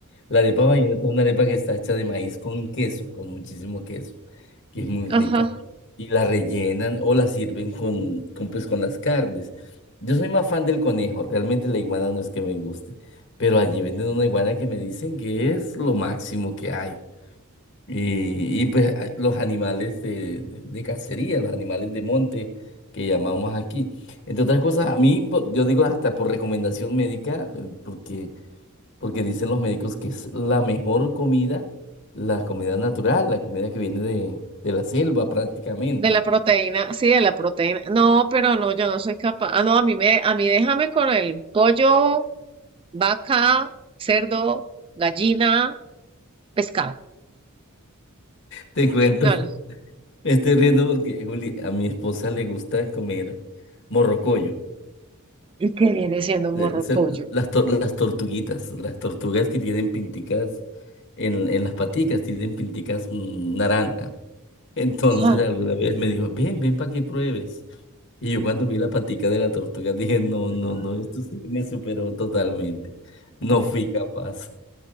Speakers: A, on the left; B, on the right.
A: La arepa vallenata es una arepa que está hecha de maíz con queso, con muchísimo queso, que es muy rica.
B: Ajá.
A: Y la rellenan o la sirven con, con, pues, con las carnes. Yo soy más fan del conejo, realmente la iguana no es que me guste, pero allí venden una iguana que me dicen que es lo máximo que hay. Y, y pues a- los animales de, de de cacería, los animales de monte que llamamos aquí. Entre otras cosas, a mí, po- yo digo hasta por recomendación médica, eh, porque porque dicen los médicos que es la mejor comida, la comida natural, la comida que viene de, de la selva prácticamente.
B: De la proteína, sí, de la proteína. No, pero no, yo no soy capaz. Ah, no, a mí me, a mí déjame con el pollo, vaca, cerdo, gallina, pescado.
A: Te cuento,
B: No,
A: <laughs>
B: no.
A: me estoy riendo porque Juli, a mi esposa le gusta comer morrocoyo,
B: ¿Y qué viene siendo un
A: eh,
B: morrocoyo?
A: es el- las, tor- las tortuguitas, las tortugas que tienen pinticas en, en las paticas, tienen pinticas mm, naranja. <laughs> Entonces
B: sea, no,
A: alguna vez me dijo, ven, ven para que pruebes. Y yo cuando vi la patica de la tortuga dije, no, no, no, esto sí me superó totalmente. No fui capaz.